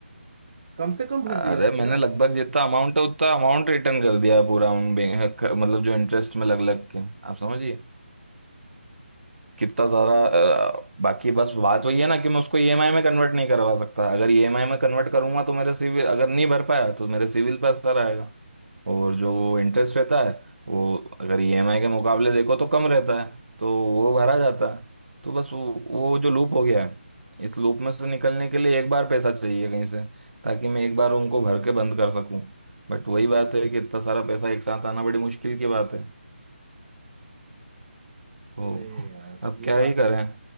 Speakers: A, on the right; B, on the right.
A: कम से कम भर
B: अरे
A: दिया होगा
B: मैंने
A: यार
B: लगभग जितना अमाउंट है उतना अमाउंट रिटर्न कर दिया है पूरा उन बैंक मतलब जो इंटरेस्ट में लग लग के आप समझिए कितना ज़्यादा अ, बाकी बस बात वही है ना कि मैं उसको ईएमआई में कन्वर्ट नहीं करवा सकता अगर ईएमआई में कन्वर्ट करूंगा तो मेरे सिविल अगर नहीं भर पाया तो मेरे सिविल पर असर आएगा और जो वो इंटरेस्ट रहता है वो अगर ईएमआई के मुकाबले देखो तो कम रहता है तो वो भरा जाता है तो बस वो वो जो लूप हो गया है इस लूप में से निकलने के लिए एक बार पैसा चाहिए कहीं से ताकि मैं एक बार उनको भर के बंद कर सकूं बट वही बात है कि इतना सारा पैसा एक साथ आना बड़ी मुश्किल की बात है तो
A: अरे
B: <laughs>
A: यार
B: अब
A: ये
B: क्या ही
A: बात
B: करें
A: तो